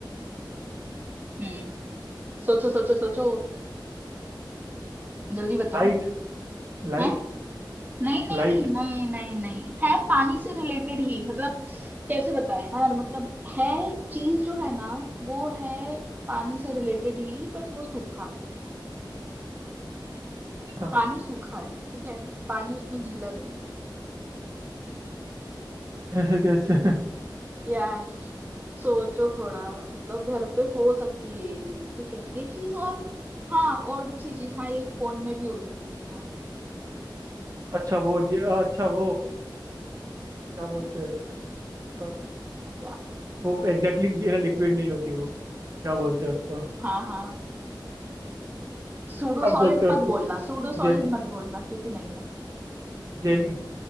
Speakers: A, on the right; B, on the right.
A: हम्म सोचो सोचो सोचो जल्दी बताओ
B: लाइट लाइट
A: है नहीं नहीं
B: लाइट
A: नहीं नहीं नहीं है पानी से रिलेटेड ही मतलब कैसे बताएं यार मतलब है चीज जो है ना वो है पानी से रिलेटेड ही बट वो सूखा है
B: अच्छा
A: पानी सूखा है ठीक है पानी उसमें गीला नहीं है
B: ऐसे कैसे
A: यार सोचो थोड़ा मतलब घर पे हो सकती है ये चीज ठीक है ये चीज और हाँ और दूसरी चीज हाँ ये फोन में भी हो सकती है तुम्हारे
B: अच्छा वो जे अच्छा वो क्या बोलते हैं अ,
A: क्या
B: वो एग्जैक्टली exactly, ये ना लिक्विड नहीं होती वो क्या बोलते हैं उसको
A: हाँ हाँ सूडो
B: क्या
A: सॉलिड
B: बोलते हैं
A: मत
B: उसको
A: बोलना सूडो सॉलिड
B: जेली
A: मत बोलना क्योंकि नहीं है
B: जेली